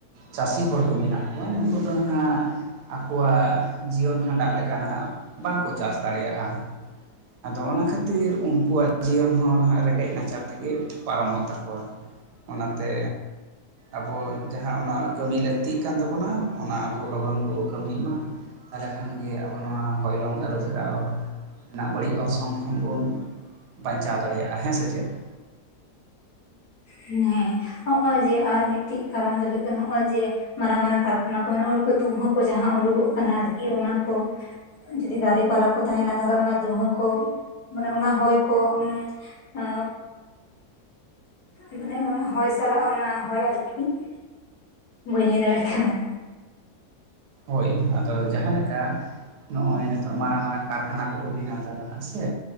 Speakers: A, on the right (about 85°); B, on the left (about 85°).
A: ᱪᱟᱥᱤ ᱦᱚᱲ ᱠᱚ ᱢᱮᱱᱟᱜ ᱠᱚᱣᱟ ᱱᱩᱠᱩ ᱫᱚ ᱦᱟᱦᱟᱸᱜ ᱟᱠᱚᱣᱟᱜ ᱡᱤᱭᱚᱱ ᱠᱷᱟᱸᱰᱟᱜ ᱞᱮᱠᱟ ᱱᱟᱦᱟᱜ ᱵᱟᱝ ᱠᱚ ᱪᱟᱥ ᱫᱟᱲᱮᱭᱟᱜᱼᱟ ᱾ ᱟᱫᱚ ᱚᱱᱟ ᱠᱷᱟᱛᱤᱨ ᱩᱱᱠᱩᱣᱟᱜ ᱡᱤᱭᱚᱱ ᱦᱚᱸ ᱱᱟᱦᱟᱜ ᱨᱮᱸᱜᱮᱡ ᱱᱟᱪᱟᱨ ᱛᱮᱜᱮ ᱯᱟᱨᱚᱢᱚᱜ ᱛᱟᱠᱚᱣᱟ ᱾ ᱚᱱᱟᱛᱮ ᱟᱵᱚ ᱡᱟᱦᱟᱸ ᱚᱱᱟ ᱠᱟᱹᱢᱤ ᱞᱟᱠᱛᱤᱜ ᱠᱟᱱ ᱛᱟᱵᱚᱱᱟ ᱚᱱᱟ ᱟᱵᱚ ᱞᱚᱜᱚᱱ ᱵᱚ ᱠᱟᱢᱤ ᱢᱟ ᱾ ᱛᱟᱞᱮ ᱠᱷᱟᱸ ᱟᱵᱚ ᱱᱚᱣᱟ ᱦᱚᱭᱞᱚᱝ ᱟᱨᱩ ᱯᱷᱮᱨᱟᱣ ᱨᱮᱱᱟᱜ ᱵᱟᱲᱤᱡ ᱚᱨᱥᱚᱝ ᱠᱷᱚᱱ ᱵᱚᱱ ᱵᱟᱧᱪᱟᱣ ᱫᱟᱲᱮᱭᱟᱜᱼᱟ ᱦᱮᱸ ᱥᱮ ᱪᱮᱫ ᱾
B: ᱦᱮᱸ ᱦᱚᱜᱼᱚᱭ ᱡᱮ ᱟᱨ ᱢᱤᱫᱴᱤᱡ ᱠᱟᱨᱚᱱ ᱫᱚ ᱦᱩᱭᱩᱜ ᱠᱟᱱᱟ ᱦᱚᱜᱼᱚᱭ ᱡᱮ ᱢᱟᱨᱟᱝ ᱢᱟᱨᱟᱝ ᱠᱟᱨᱠᱷᱟᱱᱟ ᱠᱚ ᱢᱮᱱᱟᱜᱼᱟ ᱚᱸᱰᱮ ᱠᱷᱚᱡ ᱫᱩᱦᱟᱹ ᱠᱚ ᱡᱟᱦᱟᱸ ᱩᱰᱩᱠᱚᱜ ᱠᱟᱱᱟ ᱟᱨᱠᱤ ᱚᱱᱟ ᱠᱚ ᱡᱚᱫᱤ ᱫᱟᱨᱮ ᱯᱟᱞᱟ ᱠᱚ ᱛᱟᱦᱮᱱᱟ ᱛᱟᱦᱚᱞᱮ ᱚᱱᱟ ᱫᱩᱢᱦᱟᱸᱹ ᱠᱚ ᱢᱟᱱᱮ ᱚᱱᱟ ᱦᱚᱭ ᱠᱚ ᱩᱻ ᱟᱸᱻ ᱢᱟᱱᱮ ᱚᱱᱟ ᱦᱚᱭ ᱥᱟᱞᱟᱜ ᱚᱱᱟ ᱦᱚᱭ ᱟᱨᱠᱤ ᱾ ᱵᱟᱹᱧ ᱞᱟᱹᱭ ᱫᱟᱲᱮᱭᱟᱜ ᱠᱟᱱᱟ ᱾
A: ᱦᱳᱭ ᱟᱫᱚ ᱡᱟᱦᱟᱸ ᱞᱮᱠᱟ ᱱᱚᱜᱼᱚᱭ ᱱᱤᱛᱚᱜ ᱢᱟᱨᱟᱝ ᱢᱟᱨᱟᱝ ᱠᱟᱨᱠᱷᱟᱱᱟ ᱠᱚᱠᱚ ᱵᱮᱱᱟᱣ ᱫᱟ ᱱᱟᱦᱟᱜ ᱥᱮ,